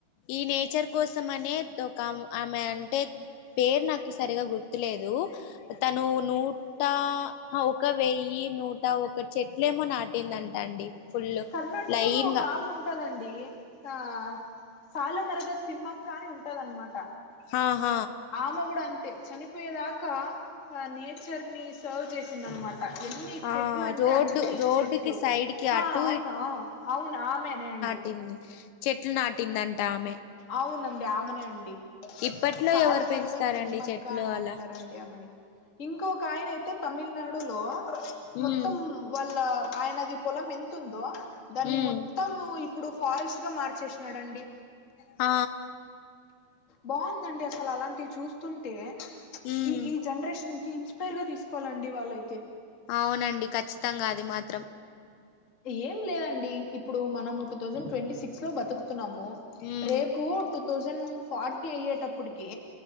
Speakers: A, on the left (about 75°); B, on the left (about 40°).
A: ఈ నేచర్ కోసం అనే ఒక ఆమె ఆమె అంటే. పేరు నాకు సరిగా గుర్తులేదు తను నూ ఆ ఒక వెయ్యి నూట ఒక చెట్లేమో నాటిందంట అండి ఫుల్
B: కర్ణాటక
A: లైన్
B: లో ఒక
A: గా
B: ఆమె ఉం టదండి హా సాలె మరెదె తిమ్మక్క అని ఉంటదన్మాట
A: హా హ
B: ఆమె కూడా అంతే చనిపోయేదాకా ఆ నేచర్ ని సర్వ్ చేసింద అన్మా ఎన్ని
A: ఆ
B: చెట్లు అంటే
A: రోడ్డు
B: అన్ని
A: రోడ్డుకి
B: చెట్లు
A: సైడ్ కి
B: హా
A: అటు
B: అవునా అవును ఆమెనే అండి
A: టిన్ చెట్లు నాటిందంట ఆమె
B: అవునండి ఆమెనే అండి
A: ఇప్పట్లో
B: సాలె
A: ఎవరు పెంచుతారండి
B: మరెదె తిమ్మక్క
A: చెట్లు
B: అంటారడి
A: అలా
B: ఆమెని ఇంకొక ఆయన అయితే తమిళ్నాడులో
A: ఉమ్
B: మొత్తం వాళ్ళ ఆయనది పొలం ఎంతుందో దాన్ని
A: ఉమ్
B: మొత్తము ఇప్పుడు ఫారెస్ట్ గా మార్చేష్నాడండి.
A: ఆ
B: బాగుందండి అసలు అలాంటివి చూస్తుంటే ప్చ్
A: ఉమ్
B: ఈ ఈ జనరేషన్ కి ఇన్స్ పేర్గా తీసుకోవాలండి వాళ్ళైతే
A: అవునండి ఖచ్చితంగా అది మాత్రం
B: ఏం లేదండి ఇప్పుడు మనం టూ థౌజండ్ ట్వంటీ సిక్స్ లో బతుక్ న్నాము
A: ఉమ్
B: రేకు టూ థౌసండ్ ఫార్టీ అయ్యేటప్పుటికి